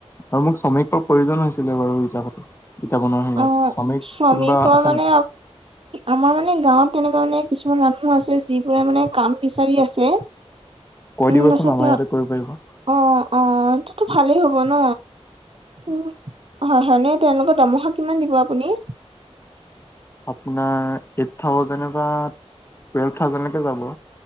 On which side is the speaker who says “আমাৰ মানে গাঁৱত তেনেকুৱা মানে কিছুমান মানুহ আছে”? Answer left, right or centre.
Right